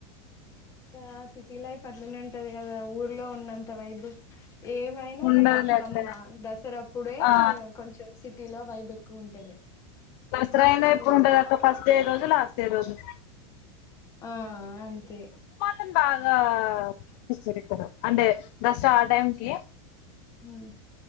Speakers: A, on the left; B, on the left.
A: ఇగా సిటీ లైఫ్ అట్లానే ఉంటది కదా, ఊర్లో ఉన్నంత్ త వైబ్ ఏమైనా
B: ఉండదులే
A: ఒక బతుకమ్మ
B: అక్క
A: దసరా అప్పుడే
B: ఆ
A: కొంచెం సిటీలో వైబెక్కుఉంటది.
B: దసరా అయినా ఎప్పుడు
A: మిగతా
B: ఉంటది అక్క ఫస్ట్ డే రోజు లాస్ట్ డే రోజు
A: ఆ అంతే
B: అన్ బాగా పూజిస్తరిక్కడ, అంటే దసరా ఆ టైంకి
A: హ్మ్